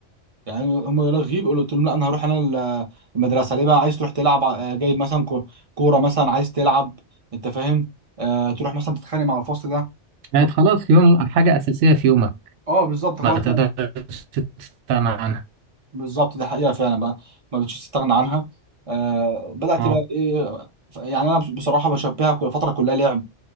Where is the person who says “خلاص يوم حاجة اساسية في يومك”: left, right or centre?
Right